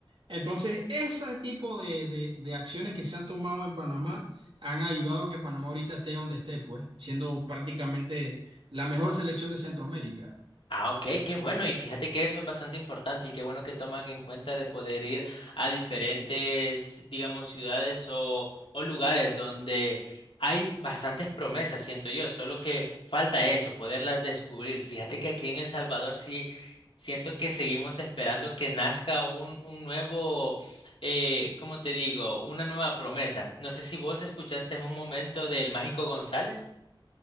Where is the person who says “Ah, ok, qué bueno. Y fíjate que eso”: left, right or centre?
Left